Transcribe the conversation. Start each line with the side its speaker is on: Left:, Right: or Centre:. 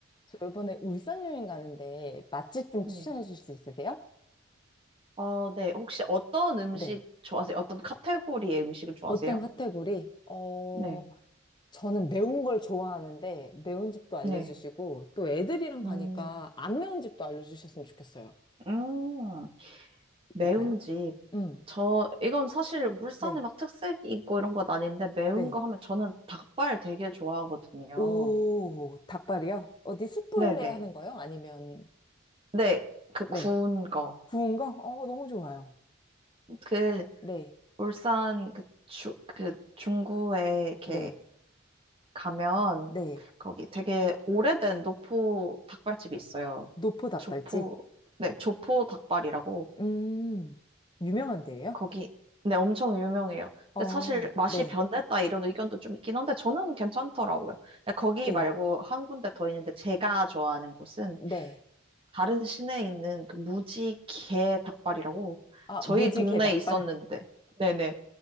Left: 저 이번에 울산 여행 가는데 맛집 좀
Right: 네.
Left: 추천해 주실 수 있으세요?
Right: 어, 네. 혹시 어떤 음식
Left: 네.
Right: 좋아하세요? 어떤 카테고리의 음식을 좋아하세요?
Left: 어떤 카테고리? 어,
Right: 네.
Left: 저는 매운 걸 좋아하는데 매운 집도 알려주시고
Right: 네.
Left: 또 애들이랑 가니까
Right: 음,
Left: 안 매운 집도 알려주셨으면 좋겠어요.
Right: 음,
Left: 있을까요?
Right: 매운 집.
Left: 음,
Right: 저, 이건 사실 울산에
Left: 네,
Right: 막 특색 있고 이런 건 아닌데, 매운
Left: 네.
Right: 거 하면 저는 닭발 되게 좋아하거든요.
Left: 오, 닭발이요? 어디 숯불에
Right: 네네.
Left: 하는 거요? 아니면,
Right: 네. 그
Left: 네.
Right: 구운 거.
Left: 구운 거? 어, 너무 좋아요.
Right: 그,
Left: 네,
Right: 울산 그 주, 그 중구에 이렇게
Left: 네,
Right: 가면
Left: 네.
Right: 거기 되게 오래된 노포 닭발집이 있어요.
Left: 노포 닭발집?
Right: 조포, 네, 조포 닭발이라고
Left: 음, 유명한 데예요?
Right: 거기 네, 엄청 유명해요.
Left: 어,
Right: 근데 사실 맛이
Left: 네.
Right: 변했다 이런 의견도 좀 있긴 한데 저는 괜찮더라고요. 근데 거기
Left: 네.
Right: 말고 한 군데 더 있는데 제가 좋아하는 곳은
Left: 네.
Right: 다른 시내에 있는 그 무지개 닭발이라고
Left: 아,
Right: 저희
Left: 무지개
Right: 동네에
Left: 닭발.
Right: 있었는데 네네